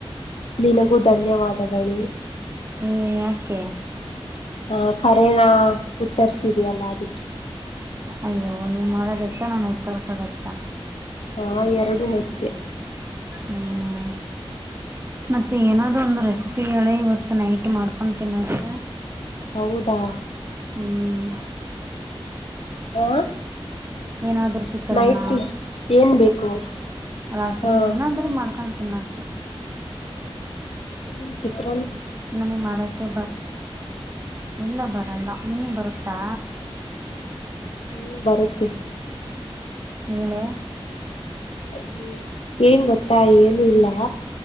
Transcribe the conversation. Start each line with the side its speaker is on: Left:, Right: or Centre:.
Left: ನಿನಗೂ ಧನ್ಯವಾದಗಳು‌.
Right: ಅಗ ಯಾಕೆ?
Left: ಹ ಕರೆೇನ ಉತ್ತರಿಸಿದೆಯಲ್ಲ ಅದಕ್ಕೆ.
Right: ಅಯ್ಯೋ ನೀವು ಮಾಡೋದೆಚ್ಚ ನನ್ ಉತ್ತರ್ಸೋದೆಚ್ಚ.
Left: ಹ ಎರಡು ಹೆಚ್ಚೆ.
Right: ಹ್ಮ ಮತ್ತು ಏನಾದದೂ ಒಂದು ರೆಸಿ ಪ್ಪಿ ಹೇಳೆ, ಇವತ್ತು ನೈಟ್ ಮಾಡ್ಕೊಂಡ್ ತಿನ್ನೋಕೆ.
Left: ಹೌದಾ
Right: ಹ್ಮ್
Left: ಹ
Right: ಏನಾದ್ರುೂ ಚಿತ್ರಾನ್ನ
Left: ನೈಟ್ ಏನ್ ಬೇಕು
Right: ರಾತ್ರಿ
Left: ಹಾ
Right: ಏನಾದ್ರರು ಮಾಡ್ಕ. ತಿನ್ನಕ
Left: ನಿಂ ಚಿತ್ತ
Right: ನಾನ ಮಾಡಕ ಬಾ ಇಲ್ಲ ಬರಲ್ಲ. ನಿನಿಗೆ ಬರುತ್ತಾ?
Left: ಹ್ಮ್ ಬರುತ್ತೆ
Right: ಹೇಳೇ
Left: ಹ್ಮ ಏನ್ ಗೊತ್ತಾ ಏನು ಇಲ್ಲ